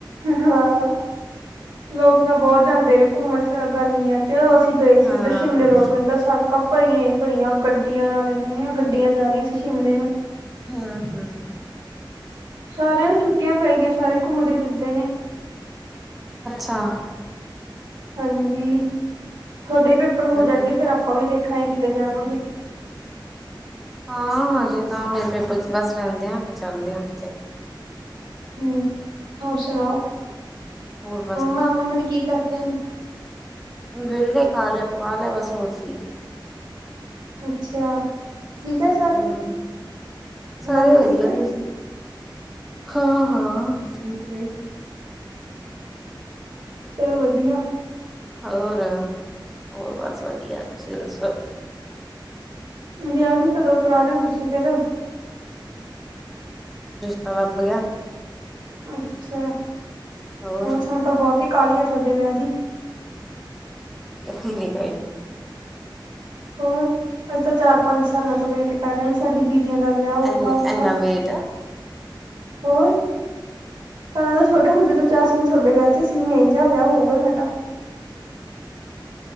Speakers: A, on the right; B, in the centre.
A: ਹਾਂ। ਲੋਕ ਤਾਂ ਬਹੁਤ ਜਾਂਦੇ ਨੇ ਘੁੰਮਣ ਗਰਮੀਆਂ ਚ ਚ ਅਸੀਂ ਗਏ ਸੀ।
B: ਹਾਂ।
A: ਉੱਧਰ ਸ਼ਿਮਲੇ ਰੋਡ ਪਦਾ ਸੜਕਾਂ ਭਰੀਆਂ- ਭਰੀਆਂ ਗੱਡੀਆਂ ਨਾਲ ਲੈਂਦੀ ਹਾਂ ਗੱਡੀਆਂ ਜਾ ਰਹੀਆਂ ਸੀ। ਸ਼ਿਮਲੇ ਨੂੰ
B: ਹਮ- ਹਮ।
A: ਸਾਰਿਆਂ ਨੂੰ ਛੁੱਟੀਆਂ ਪੈ ਗਈਆਂ। ਸਾਰੇ ਘੁੰਮਦੇ ਫਿਰਦੇ ਨੇ
B: ਹਾਂ।
A: ਹਾਂਜੀ। ਤੁਹਾਡੇ ਪੇਪਰ ਹੋ
B: ਵਧੀਆ
A: ਜਾਣਗੇ ਫੇਰ ਆਪਾਂ ਵੀ ਦੇਖਾਂਗੇ ਕਿਤੇ ਜਾਵਾਂਗੇ।
B: ਹਾਂ। ਹਾਂਜੀ ਤਾਂ ਮੇਰੇ ਪ ਬਸ ਰਹਿੰਦੇ ਆ ਫ ਚੱਲਦੇ ਹ ਕਿਤੇ
A: ਹਮ। ਹੋਰ ਸੁਣਾਓ,
B: ਹੋਰ
A: ਮਾਮੇ ਹੁਣੇ ਕੀ ਕਰਦੇ ਨੇ।
B: ਗਿਰਲੇ ਖਾ ਲੈ ਪਕਾ ਲੈ ਬਸੋਰ ਸੀ।
A: ਅੱਛਾ। ਠੀਕ ਹੈ ਸਾਰੇ
B: ਹੂੰ। ਸਾਰੇ
A: ਨਾਨੀ
B: ਵਧੀਆ
A: ਠੀਕ ਹੈ
B: ਤੁਸੀ, ਹਾਂ- ਹਾਂ ਠੀਕ ਨੇ।
A: ਚਲੋ ਵਧੀਆ।
B: ਹੋਰ, ਹੋਰ ਬਸ ਵਧੀਆ ਤੁਸੀਂ ਦੱਸੋ?
A: ਵਧਿਆ। ਕਦੋਂ ਕਰਾ ਰਹੇ ਹੋ ਤੁਸੀਂ ਫਿਰ
B: ਤਾ ਲੱਭ ਗਿਆ।
A: ਅੱਛਾ। ਹ
B: ਹੋਰ
A: ਹੁਣ ਤਾਂ ਬਹੁਤ ਹੀ ਕਾਹਲੀ ਆ ਤੁਹਾਡੇ ਵਿਆਹ ਦੀ
B: ਕ ਨੀ ਕਈ
A: ਹੋਰ ਅਸੀਂ ਤਾਂ ਚਾਰ- ਪੰਜ ਸਾਲਾਂ ਤੋਂ ਵੇਟ ਕਰ ਰਹੇ। ਹ ਸਾਡੀ ਬਬੀ ਧੀਆਂ ਦਾ ਵਿਆਹ
B: ਐ
A: ਕਾ
B: ਇੰਨਾ
A: ਕਾ
B: ਵੇਟ
A: ਹੋਰ ਸਾਨੂੰ ਤਾਂ ਛੋਟੇ ਹੁੰਦੇ ਤੋਂ ਚਾਅ ਵੀ ਤੁਹਾਡੇ ਵਿਆਹ ਚ ਸੀ। ਮੇ ਜਹਾ ਵਿਆਹ ਹੋਊਗਾ ਸਾਡਾ <inaudible>